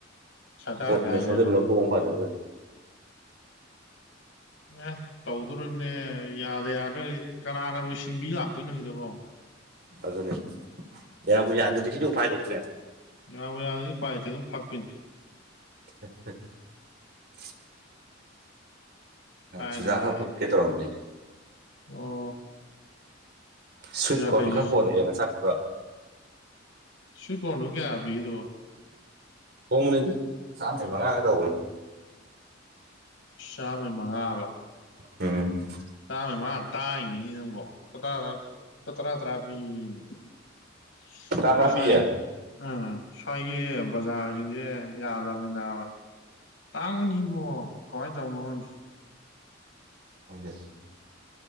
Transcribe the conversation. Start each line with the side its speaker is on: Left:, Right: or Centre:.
Left: ꯁꯔꯀꯥꯔ
Right: ꯄ
Left: ꯀꯥꯏꯔꯦ
Right: ꯃꯦꯁꯣꯟꯗ
Left: ꯑꯗꯨꯝ
Right: ꯃꯤ ꯂꯊ ꯑꯣꯣꯝꯄꯗꯔꯕ
Left: ꯑꯦ ꯇꯧꯗꯣꯔꯤꯝꯅꯦ ꯌꯥꯗ ꯌꯥꯗꯔꯒꯗꯤ ꯀꯅꯥꯅꯕꯨ ꯁꯤꯟꯕꯤ ꯂꯥꯛꯇꯣꯏꯅꯣ ꯁꯤꯗꯕꯣ
Right: ꯑꯗꯨꯅꯦ ꯌꯥꯕꯨ ꯌꯥꯗꯔ꯭ꯗꯤ ꯗꯤ ꯎꯄꯥꯥꯏ ꯂꯩꯇ꯭ꯔꯦ
Left: ꯌꯥꯕ ꯌꯥꯗ ꯄꯥꯏꯆ ꯑꯗꯨꯝ ꯐꯥꯛꯄꯤꯤꯟ
Right: ꯍꯥ ꯍꯥ <unintelligible>
Left: ꯀꯥꯏꯗꯒꯤ
Right: ꯁꯖꯥꯍ ꯄꯨꯠꯀꯦ ꯇꯧꯔꯝ ꯂꯩ
Left: ꯑꯣ
Right: ꯁ꯭ꯋꯤꯠ
Left: ꯆꯨꯖꯥꯛ
Right: ꯀꯣꯔꯟ
Left: ꯀꯩꯁꯤ
Right: ꯈꯔ ꯄꯣꯔꯛꯑꯦ ꯅꯥ ꯁꯥꯠꯄ
Left: ꯁꯋꯤꯠ ꯀꯣꯟ ꯗꯨꯕꯨ ꯀꯌꯥꯒꯥ ꯄꯤꯒꯦ ꯗꯨꯕꯣ
Right: ꯍꯣꯡ ꯃꯅꯤꯗ ꯆꯥꯝꯃꯩ ꯃꯉꯥꯒ ꯇꯧꯕꯅꯤ
Left: ꯆꯥꯝꯃꯩ ꯃꯉꯥ ꯑꯥꯕ
Right: ꯎꯝ
Left: ꯇꯥꯕꯅ ꯃꯥꯅ ꯇꯥꯏꯝ ꯅꯤꯅꯦ ꯅꯪꯕꯣ ꯄ <unintelligible> ꯄ ꯇꯔꯥ ꯇꯔꯥ <unintelligible> ꯑꯩꯈꯣꯏ
Right: ꯇꯔꯥꯄꯤ
Left: ꯁ꯭ꯋꯥꯏ
Right: ꯌꯦ
Left: ꯎꯝ ꯁ꯭ꯋꯥꯏꯒꯤ ꯕꯖꯥꯔꯁꯤꯡꯁꯦ ꯌꯥꯗꯕꯅꯤ ꯅꯥꯕꯥ ꯇꯥꯡꯕꯅꯤ ꯕꯣ ꯀꯃꯥꯏꯅ ꯇꯧꯕꯅꯣ ꯈꯪꯗꯦ
Right: ꯐꯪꯗꯦ